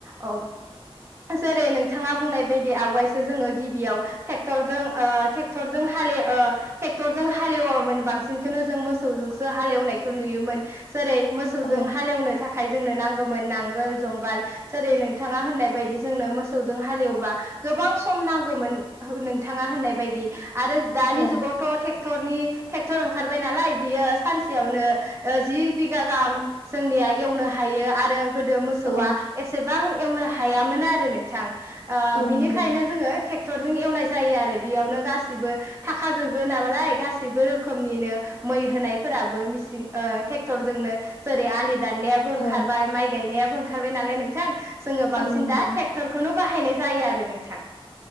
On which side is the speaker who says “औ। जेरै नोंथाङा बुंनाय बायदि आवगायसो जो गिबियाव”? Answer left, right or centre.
Right